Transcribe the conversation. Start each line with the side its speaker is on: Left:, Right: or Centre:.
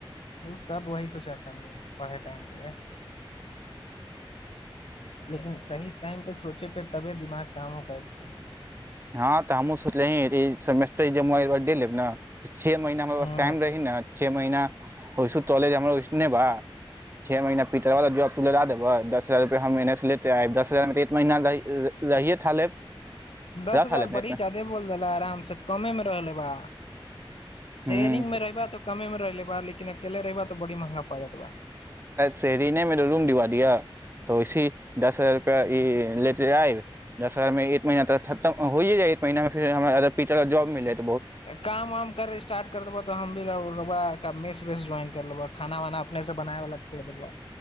Left: ओ सब वही सोचाता हमरा पढ़ाई टाइम एह लेकिन सही टाइम पर सोचे पे तबे दिमाग कामो करय छै
Right: हँ तऽ हमहूँ सोचले ही सेमेस्टर जे मोबाइल दे लेब न छ महीना हमरा
Left: हूँ
Right: पास टाइम रही न छ महीना ओहिसु कॉलेज हमरो ओहिसने बा छ महीना पिटरवा वला जॉब तू लगा देबह दस हम एन लेै आ दस हजारमे तऽ एक महीना रहिए था लेब
Left: दस
Right: रह
Left: हजार
Right: था लेब
Left: बड़ी
Right: ने
Left: ज्यादे बोल देला आरामसे कमेमे रहले बा शेयरिंग
Right: ह
Left: मे रहबा तऽ कमे मे रह लेब लेकिन अकेले रहबा तऽ बड़ी महंगा पड़त बा
Right: शेयरिंग मे रूम दिलवा दिय तऽ वैसेही दस हजार आ रूपा लेत आइब दस हजार मे एक महीना तऽ खतम होेई जाय एक महीना मे फिर पीछे वला जॉब मिल जाइ
Left: काम वाम कर स्टार्ट कर देबो तऽ हम भी रहल बा मेसवेस ज्वाइन कर लेब खाना वाना अपने से बनाय वाला छोड़ देब